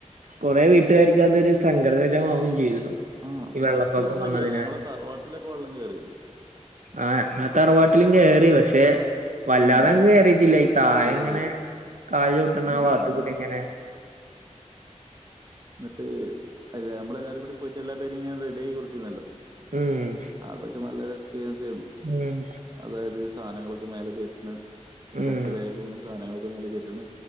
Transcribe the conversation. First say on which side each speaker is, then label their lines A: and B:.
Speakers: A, on the right; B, on the right.
A: കൊറേ വീട്ടുകാരിക്ക് അതൊരു സംഘടകരമാവും ചെയ്തു.
B: ആഹ്
A: ഈ വെള്ളപ്പൊക്കം
B: എനക്ക് ഓർമ്മയില്ലേ
A: വന്നതിനാൽ
B: ഞങ്ങളെ തറവാട്ടിലൊക്കെ വെള്ളം കേറി
A: ആഹ് ത്തറവാട്ടിലും കയറി പക്ഷെ വല്ലാതെ
B: ആഹ്
A: അങ്ങട് കേയറിട്ടില്ല ഈ താഴെ
B: ഇല്ല
A: ഇങ്ങനെ
B: ഇല്ല
A: കാലു ചവിട്ടുന്ന
B: ഉം
A: ആ ഭാഗത്ത് കൂടി ഇങ്ങനെ
B: എന്നിട്ട് അല്ല നമ്മളെല്ലാരും കൂടി പോയിട്ട് എല്ലാ പേരും ഇങ്ങനെ റെഡി ആയി കൊടുത്തിരുന്നല്ലോ.
A: ഉം ഉം
B: അതൊക്കെ നല്ലരു എക്സ്പീരിൻസ് ഏര്ന്നു
A: ഉം
B: അതായത് സാധനങ്ങളൊക്കെ മേലെ കേറ്റ്ണ്, തിലെടക്ക്
A: ഉം
B: തായേ പോക്ന്ന സാധനങ്ങളൊക്കെ മേലെ കേറ്റ്ണ്.